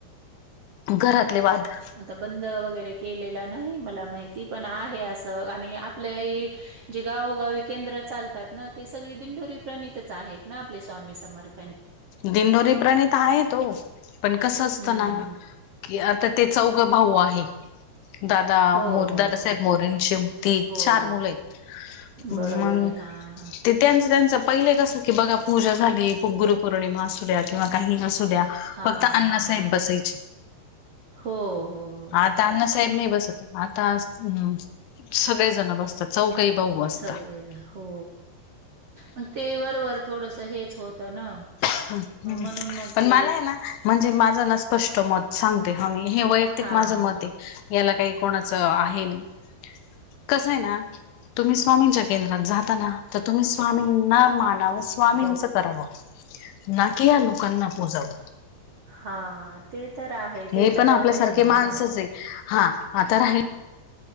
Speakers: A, on the left (about 85°); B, on the right (about 70°).
A: घरातले वाद
B: आता बंद वगैरे केलेला नाही मला माहिती पण आहे असं आणि आपल्या हे जे गावोगावी केंद्र चालतात ना ते सगळे दिंडोरी प्रणितच आहेत ना आपले स्वामी समर्थ.
A: दिंडोरी प्रणीत आहे ओ पण कसं असतं
B: हं.
A: ना कि आता ते चौघं भाऊ आहे. दादा
B: हो,
A: मोर
B: हो,
A: दादासाहेब
B: हो.
A: मोरेंची तीन,
B: हो.
A: चार, मुलं आहेत.
B: बरोबर
A: मंग
B: आहे. हां, हां.
A: ते त्यांच त्यांच पहिले कसं की बघा पूजा झाली गुरुपौर्णिमा असूद्या किंवा काही असू द्या
B: हां,
A: फक्त अण्णा
B: हां,
A: साहेब बसायचे.
B: हां. हो, हो, हो.
A: आ आता अण्णा साहेब नाही बसत आता म सगळे जण बसतात. चौघ ही भाऊ. बसतात
B: सगळे हो मग ते वरवर थोडस हेच होतं ना.
A: हा,
B: मग
A: हम्
B: म्हणून मग
A: पण
B: ते
A: मला आहे ना म्हणजे माझं ना स्पष्ट मत सांगते. ह म हे वैयक्तिक
B: हां,
A: माझ मत
B: हां.
A: आहे. याला काही कोणाचं आहे नाही. कसं आहे ना तुम्ही स्वामींच्या केंद्रात जाताना, तर तुम्ही स्वामींना मानाव च स्वामींच
B: हो.
A: करा, वं ना कि या लोकांना पूजाव.
B: हा ते तर आहे, ते
A: हे
B: तर
A: पण आपल्यासारखे
B: मेन आहे
A: माणसच
B: ना.
A: आहे. हा, आता राहील